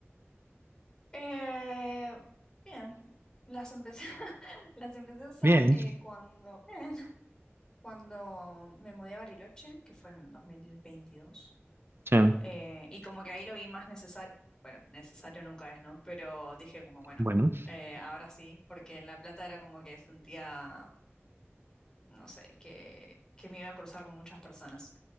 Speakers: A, on the left; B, on the right.
A: Eh, bien, las empecé, <laughs> las empecé a usar
B: Bien.
A: eh, cuando, bien, <laughs> cuando me mudé a Bariloche, que fue en 2022.
B: Sí,
A: Eh, y como que ahí lo vi más necesario, bueno, necesario nunca es, ¿no? Pero dije como, bueno,
B: bueno,
A: eh, ahora sí, porque en La Plata era como que sentía, no sé, que, que me iba a cruzar con muchas personas.